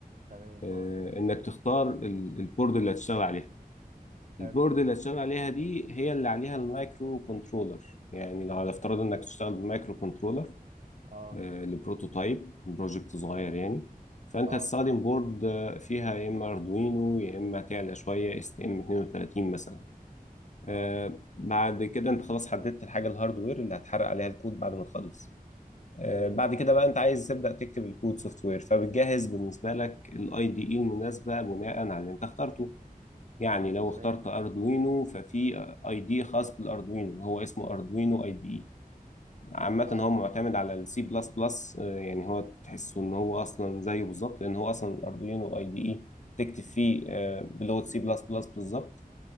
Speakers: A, on the right; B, on the left.
A: تمام
B: آه،
A: اه
B: إنك تختار ال- البورد اللي هتشتغل عليها
A: حلو
B: البورد اللي هتشتغل عليها دي هي اللي عليها المايكرو كنترولر يعني لو على افتراض إنك تشتغل بمايكرو كنترولر
A: اه
B: آه، لبروتوتايب بروجكت صغير يعني فانت
A: اه
B: هتستخدم بورد آه، فيها يا اما اردوينو يا اما تعلى شويه اس تي ام 32 مثلا آه،
A: اه
B: بعد كده انت خلاص حددت الحاجه الهاردوير اللي هتحرق عليها الكود بعد ما تخلص آه،
A: تمام
B: بعد كده بقى انت عايز تبدا تكتب الكود سوفت وير فبتجهز بالنسبه لك الاي دي اي المناسبه بناء على اللي انت اخترته يعني
A: مم،
B: لو
A: تمام
B: اخترت اردوينو ففي اي دي خاص بالاردوينو هو اسمه اردوينو اي دي اي. عامة
A: اه
B: هو معتمد
A: اه
B: على السي بلس بلس يعني هو تحسه ان هو اصلا زيه بالظبط لان هو اصلا اردوينو اي دي اي تكتب فيه آه، بلغة سي بلس بلس بالظبط